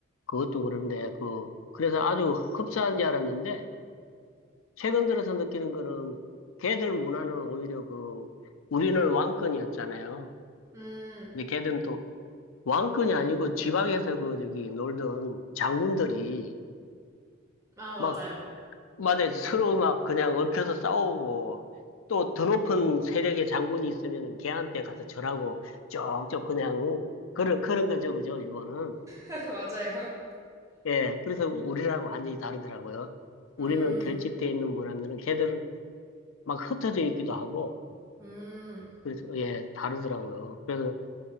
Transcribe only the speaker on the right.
음,
아,
맞아요.
<laughs> 맞아요.
음,
음.